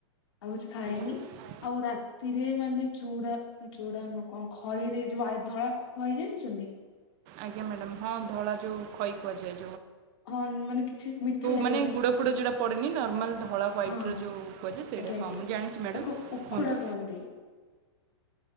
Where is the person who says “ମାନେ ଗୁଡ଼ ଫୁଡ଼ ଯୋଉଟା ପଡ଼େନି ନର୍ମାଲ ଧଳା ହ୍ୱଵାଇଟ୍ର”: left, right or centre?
Right